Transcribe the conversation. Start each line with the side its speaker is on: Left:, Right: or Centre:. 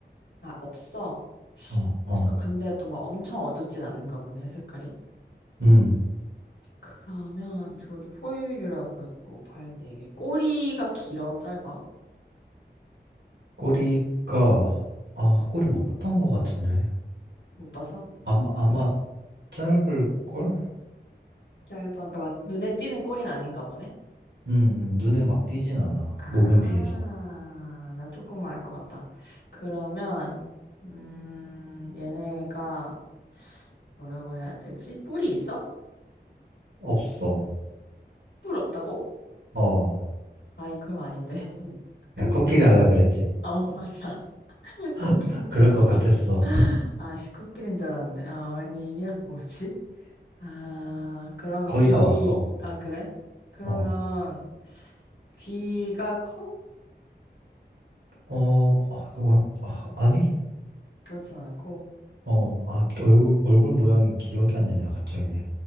Left: 아, 없어.
Right: 어, 어,
Left: 없어. 근데 또 막 엄청 어둡진 않은가 보네, 색깔이.
Right: 음.
Left: 그러면 조리 포유류라고 있고 발 네 개 꼬리가 길어 짧아?
Right: 꼬리가, 아,
Left: 응.
Right: 꼬리 못 봤던 것 같은데.
Left: 못 봤어?
Right: 아마, 아마 짧을걸?
Left: 짧아. 그러니까 막 눈에 띄는 꼬리는 아닌가 보네.
Right: 음, 음, 눈에 막 띄진 않아.
Left: 아,
Right: 몸에 비해서.
Left: 나 조금 알 것 같다. 그러면 음, 얘네가 뭐라고 해야 되지? 뿔이 있어?
Right: 없어.
Left: 뿔 없다고?
Right: 어,
Left: 아이 그럼 아닌데. <laughs>
Right: 야, 코끼리
Left: 아,
Right: 할라
Left: 나,
Right: 그랬지.
Left: 어, 맞아. <laughs> 코끼리인
Right: <laughs> 그럴
Left: 줄 알았어.
Right: 것 같았어. <laughs>
Left: 아, 씨, 코끼리인 줄 알았는데. 아, 아니면 뭐지? 아, 그러면
Right: 거의
Left: 귀,
Right: 다 왔어.
Left: 아, 그래? 그러면
Right: 어.
Left: 귀가 커?
Right: 어, 아, 그, 어, 아, 아니?
Left: 그렇진 않고.
Right: 어, 아, 얼굴, 얼굴 모양이 기억이 안 나냐, 갑자기.